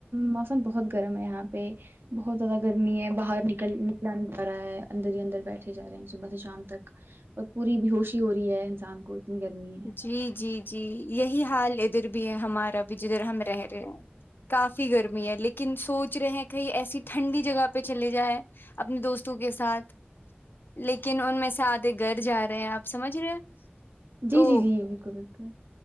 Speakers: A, on the right; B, on the left.
A: موسم بہت گرم ہے یہاں پہ بہت زیادہ گرمی ہے باہر نکل نکلا نہیں پا رہا ہے اندر ہی اندر بیٹھے جا رہے ہیں صبح سے شام تک اور پوری ب ہووشی ہو رہی ہے انسان کو اتنی گرمی ہے
B: جی جی جی یہی حال لدر بھی ہے ہمارا بھی جدھر ہم رہ رہے ہیں کافی گرمی ہے لیکن سوچ رہے ہیں کہیں ایسی ٹھنڈی جگہ پ پہ چلے جائیں اپنے دوستوں کے ساتھ لیکن ان میں سے آتےے گھر جا رہے ہیں آپ سمجھ رہے
A: جی
B: تو
A: جی جی بالکل بالکل